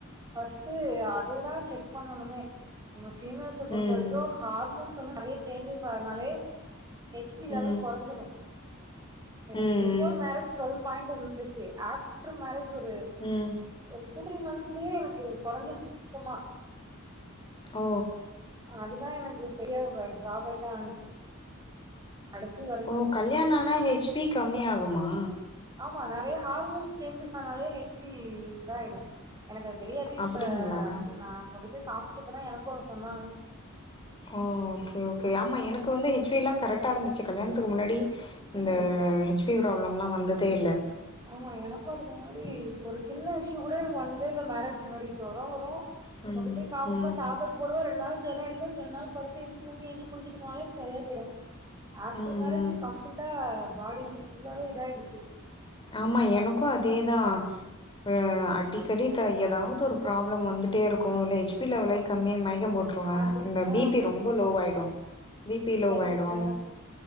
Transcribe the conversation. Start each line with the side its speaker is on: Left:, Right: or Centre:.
Right: ஃபஸ்ட்டு அதுதா செக் பண்ணணுமே நம்ம ஃபீமேல்ஸ பொறுத்த
Left: ம்
Right: வரைக்கு ஹார்மோன்ஸ் வந்து நெறைய சேஞ்சஸ் ஆகுரனாலே ஹெச்பி லெவல்
Left: ம்
Right: கொறஞ்சிரு எனக்கு
Left: ம்
Right: பிஃபோர்
Left: ம்
Right: மேரேஜ் டு்வெல் பாயிண்ட் இருந்துச்சு ஆஃப்டர் மேரேஜ் ஒரு
Left: ம்
Right: ஒரு டூ த்ரீ மன்ந்த்ஸ்லயே எனக்கு கொறஞ்சிருச்சு சுத்தமா
Left: ஓ
Right: அதுதா எனக்கு பெரிய ட்ராபேக்கா ஆனுச்சு கடசி வ
Left: ஓ கல்யாண ஆனா ஹெச்பி கம்மி ஆகுமா
Right: ஆமா நெறைய ஹார்மோன்ஸ் சேஞ்சஸ் ஆனாலே ஹெச்பி இதாயிடு எனக்கு தெரியாது
Left: அப்டிங்களா
Right: இப்ப அது நா கொண்டு போய் காமிச்சப்பதா எனக்கு சொன்னாங்க
Left: ஓ ஓகே ஓகே ஆமா எனக்கு வந்து ஹெச்பிலா கரெக்டா இருந்துச்சு கல்யாணத்துக்கு முன்னாடி
Right: ம்
Left: இந்த ஹெச்பி ப்ராப்ளம்லா வந்ததே இல்ல
Right: ஆமா எனக்கு அதுக்கு முன்னாடி ஒரு சின்ன இஷ்யூ கூட எனக்கு வந்ததே இல்ல மேரேஜ்க்கு முன்னாடி ஜொரோ வரு
Left: ம்
Right: கொண்டு போய் காமிப்பே
Left: ம்
Right: டேப்லெட் போடுவ ரெண்டு நாள் ஜொர அடிக்கு ரெண்டு நாள் பத்து எஞ்சு தூங்கி ஏஞ்சு குளிச்சிட்டு போனாலே செரியா போயிடு ஆஃப்டர்
Left: ம்
Right: மேரேஜ் கம்ப்ளீட்டா பாடி வந்து ஃபுல்லாவே இதாயிடுச்சு
Left: ஆமா எனக்கு அதேதா அ அடிக்கடி த ஏதாவது ஒரு ப்ராப்ளம் வந்துட்டே இருக்கு இல்ல ஹெச் பி லெவலே
Right: ஏ
Left: கம்மி மைக்கம் போட்டுருவே
Right: அதுக்கு
Left: இந்த பிபி ரொம்ப லோவாயிடு பி பி லோவாயிடு
Right: எனக்கா